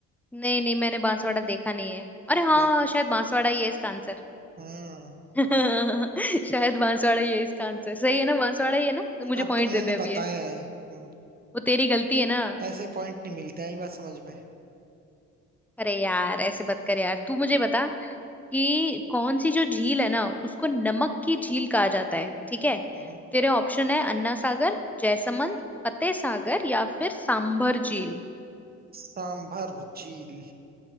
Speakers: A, in the centre; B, on the right.
A: नहीं नहीं मैंने बांसवाड़ा देखा नहीं है अरे हाँ
B: ब-
A: शायद बांसवाड़ा ही है इसका आंसर
B: हम्म
A: <laughs> शायद बांसवाड़ा ही है इसका आंसर सही है ना बांसवाड़ा ही है ना तो मुझे
B: अब
A: पॉइंट
B: तो मैंने
A: दे दे अब
B: बताया
A: ये
B: है हम्म,
A: वो तेरी गलती है ना
B: ऐसे पॉइंट नहीं मिलते हैं ये बात समझ में
A: अरे यार ऐसे मत कर यार तू मुझे बता कि कौन सी जो झील है ना उसको नमक की झील कहा जाता है ठीक है
B: हम्म,
A: तेरे ऑप्शन है अन्ना सागर जयसमंद फतेह सागर या फिर सांभर झील
B: सांभर झील